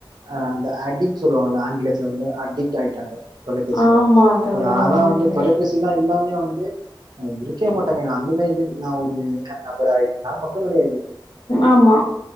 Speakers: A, on the right; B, on the left.
A: அ அந்த அடிக் சொல்லுவாங்கள ஆங்கிலத்துல வந்து அடிக்ட் ஆயிட்டாங்க தொலைபேசியில
B: ஆமா
A: இப்ப
B: தோழர்.
A: நானா
B: ஆமா
A: வந்து
B: தோழர்.
A: தொலைபேசி எல்லா இல்லாம வந்து இருக்கவே மாட்டாங்க அந்த மாரி நா ஒரு நபர ஆயிட்டே நான் மட்டு கெடையாது
B: ஆமா